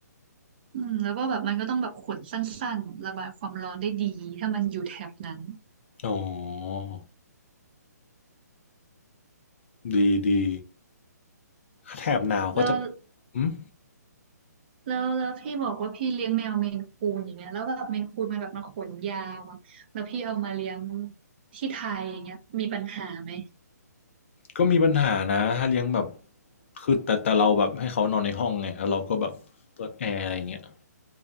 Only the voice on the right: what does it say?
อืมแล้วก็แบบมันก็ต้องแบบขนสั้นๆระบายความร้อนได้ดีถ้ามันอยู่แถบนั้น
แล้ว
แล้วแล้วพี่บอกว่าพี่เลี้ยงแมวเมนคูนอย่างเงี้ยแล้วแบบเมนคูนมันแบบมาขนยาวอะแล้วพี่เอามาเลี้ยงที่ไทยอย่างเงี้ยมีปัญหาไหม